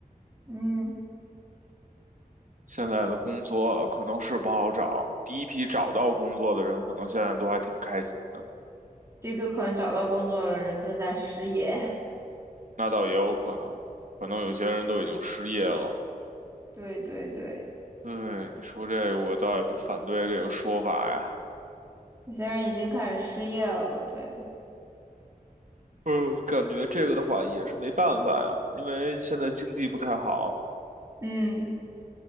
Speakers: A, on the right; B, on the right.
A: 嗯，
B: 现在的工作可能是不好找，第一批找到工作的人，可能现在都还挺开心的。
A: 这批可能找到工作的人正在失业，
B: 那倒也有可能，可能有些人都已经失业了。
A: <laughs> 对对对，
B: 对，你说这个，我倒也不反对这个说法呀。
A: 有些人已经开始失业了，对，
B: 嗯，感觉这个的话也是没办法呀，因为现在经济不太好。
A: 嗯，